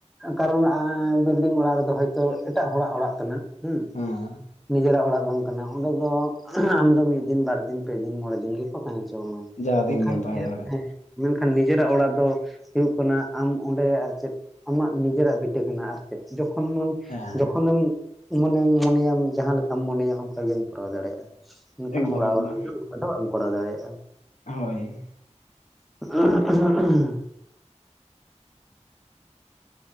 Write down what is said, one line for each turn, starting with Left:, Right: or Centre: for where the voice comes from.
Centre: ᱠᱟᱨᱚᱱ ᱟᱸᱻ ᱵᱤᱞᱰᱤᱝ ᱚᱲᱟᱜ ᱨᱮᱫᱚ ᱦᱚᱭᱛᱚ ᱮᱴᱟᱜ ᱦᱚᱲᱟᱜ ᱚᱲᱟᱜ ᱠᱟᱱᱟ, ᱦᱩᱸ
Left: ᱦᱮᱸ
Centre: ᱱᱤᱡᱮᱨᱟᱜ ᱚᱲᱟᱜ ᱵᱟᱝ ᱠᱟᱱᱟ᱾ ᱚᱸᱰᱮ ᱫᱚ ᱟᱢᱫᱚ ᱢᱤᱫ ᱫᱤᱱ ᱵᱟᱨ ᱫᱤᱱ ᱯᱮ ᱫᱤᱱ ᱢᱚᱬᱮ ᱫᱤᱱ ᱜᱮ, ᱠᱚ ᱛᱟᱦᱮᱸ ᱦᱚᱪᱚᱢᱟ
Left: ᱡᱟᱦᱟᱸ ᱫᱤᱱ
Centre: ᱢᱮᱱᱠᱷᱟᱱ
Left: ᱜᱮᱢ ᱛᱟᱦᱮᱸ
Centre: <unintelligible>
Left: ᱫᱟᱲᱮᱭᱟᱜ
Centre: ᱢᱮᱱᱠᱷᱟᱱ ᱱᱤᱡᱮᱨᱟᱜ ᱚᱲᱟᱜ ᱫᱚ ᱦᱩᱭᱩᱜ ᱠᱟᱱᱟ ᱟᱢ ᱚᱸᱰᱮ ᱟᱨ ᱪᱮᱫ ᱟᱢᱟᱜ ᱱᱤᱡᱮᱨᱟᱜ ᱵᱷᱤᱴᱤ ᱠᱟᱱᱟ ᱟᱨ ᱪᱮᱫ ᱡᱚᱠᱷᱚᱱ ᱢᱚᱱ
Left: ᱦᱮᱸ
Centre: ᱡᱚᱠᱷᱚᱱᱮᱢ ᱢᱚᱱᱮ ᱢᱚᱱᱮᱭᱟᱢ ᱡᱟᱦᱟᱸ ᱞᱮᱠᱟᱢ ᱢᱚᱱᱮᱭᱟ ᱚᱱᱠᱟ ᱜᱮᱢ ᱠᱚᱨᱟᱣ ᱫᱟᱲᱮᱭᱟᱜᱼᱟ᱾ ᱢᱮᱱᱠᱷᱟᱱ
Left: ᱮᱠᱫᱚᱢ
Centre: ᱦᱚᱲᱟᱜ
Left: ᱮᱠᱫᱚᱢ
Centre: ᱦᱚᱲ ᱨᱨᱫᱚ ᱚᱱᱠᱟ ᱫᱚ ᱵᱟᱢ ᱠᱚᱨᱟᱣ ᱫᱟᱲᱮᱭᱟᱜᱼᱟ᱾
Left: ᱦᱳᱭ,
Centre: <inaudible>